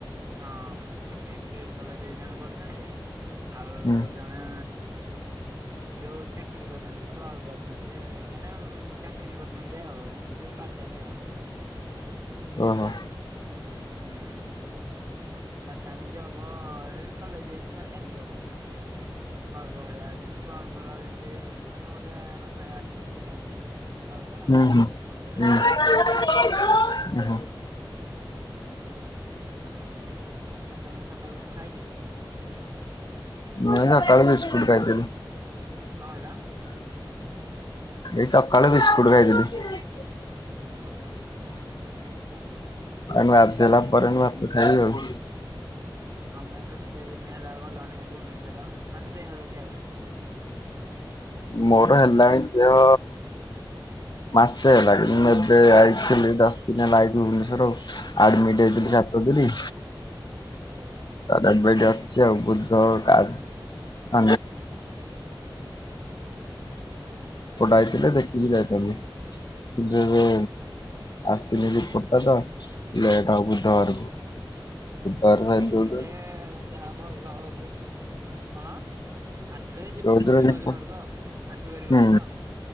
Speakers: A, on the right (about 40°); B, on the left (about 55°).
A: ହଁ ଏ କିଟ୍ କଲେଜରେ ଜଣେ ପଡ଼ୁଛନ୍ତି। ଆଉ
B: ହୁଁ
A: ଜଣେ ଯୋଉ ଚାକିରି କରୁଛନ୍ତି କ୍ଲର୍କ ଅଛନ୍ତି, ମାନେ ଚାକିରି କରୁଛନ୍ତି ଆଉ ଏମିତି ପାଟ୍ ଟାଇମ ଆଉ।
B: ଓହୋ
A: ହୁଁ ପାଟ୍ ଟାଇମ ଜବ ଏଇ କଲେଜରେ ଏମିତି ପାଟ୍ ଟାଇମ ଜବ ପାଇଁ। କ୍ଲର୍କ ଭଳିଆ ଯେମିତି କ୍ଲର୍କର ପେମିତି ମାନେ ଗୋଟେ ନ ଥାଏ ଆର୍ ସି ଷ୍ଟାଣ୍ଡ୍ ଯେମିତି କ୍ଲର୍କର
B: ହୁଁ ହୁଁ
A: ସେମିତି ଗୋଟେ
B: ଉଁ
A: ଅଛନ୍ତି ଆଉ।
B: ହୁଁ।
A: ଆଜି ତମେମାନେ ସକାଳୁ କଣ ଖାଇଛ?
B: ମୁଁ ଏ ସକାଳୁ ବିସ୍କୁଟ ଖାଇଥିଲି।
A: କ ହେଲା?
B: ଏଇ ସକାଳୁ ବିସ୍କୁଟ ଖାଇଥିଲି।
A: ହଁ।
B: ଗାଧେଇଲା ପରେ ମୁଁ ଭାତ ଖାଇବି ଆଉ।
A: ତମେ କେତେ ଦିନ ହେଲା ଗଲାଣି ଭୁବନେଶ୍ <unintelligible> ମାନେ ଦେହ ଦେଖେଇବା ପାଇଁ।
B: ମୋର ହେଲାଣି ଦେହ ମାସେ ହେଲାଣି ମୁଁ ଏବେ ଆସିଥିଲି ଦଶ ଦିନ ହେଲା ଏଇ ଭୁବନେଶ୍ଵର ଆଡମିଟ୍ ହେଇଥିଲି ସାତ ଦିନି
A: ହୁଁ।
B: <unintelligible> ସନିବାର ରିପୋର୍ଟ୍ ଆଇଥିଲେ ଦେଖିକି ଯାଇଥାନ୍ତି। ଯେବେ
A: ହୋ
B: ଆସିନି ରିପୋର୍ଟ୍ ଟା ତ ଲେଟ ହବ ବୁଧବାର କୁ। କାରଣ ଏମିତି
A: ହେ ଯାହା ଭଲ କି କଣ ଆ ଏ ଯିବହାରି
B: ଯୋଉଦିନ ରିପୋର୍ଟ
A: ଘରକୁ ଆଉ ଆସିବ ହାରି ଘରକୁ
B: ହୁଁ
A: ଆଉ